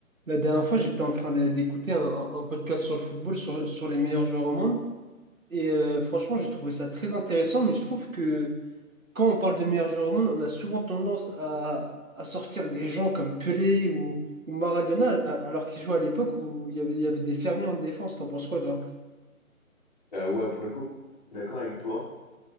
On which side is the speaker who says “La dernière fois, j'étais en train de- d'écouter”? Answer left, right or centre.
Right